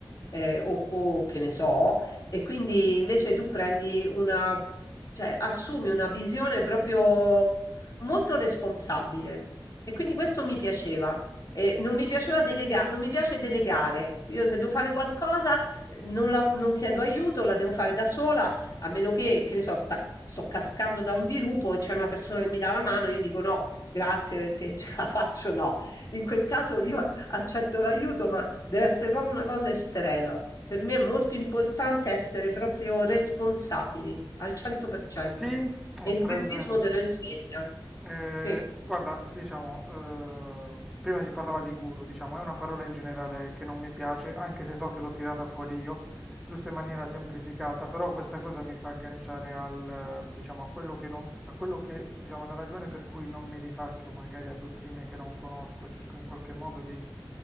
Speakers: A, on the left; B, in the centre.
A: eh, o, o che ne so. E quindi invece tu prendi una, cioè assumi una visione proprio molto responsabile. E quindi questo mi piaceva. E non mi piaceva delega- non mi piace delegare. Io se devo fare qualcosa, non la- non chiedo aiuto, la devo fare da sola a meno che, che ne so, sta- sto cascando da un dirupo e c'è una persona che mi dà la mano, io dico no, grazie perché <laughs> ce la faccio, no. In quel caso io accetto l'aiuto, ma deve essere proprio una cosa estrema. Per me è molto importante essere proprio responsabili al 100%.
B: Sì, ho
A: E il
B: presente.
A: buddismo te lo insegna.
B: Eh,
A: Sì.
B: guarda, diciamo, eh, prima si parlava di guru, diciamo, è una parola in generale che non mi piace, anche se so che l'ho tirata fuori io, giusto in maniera semplificata, però questa cosa mi fa agganciare al, eh, diciamo, a quello che non, a quello che, diciamo, alla ragione per cui non mi rifaccio magari a dottrine che non conosco e cerco in qualche modo di,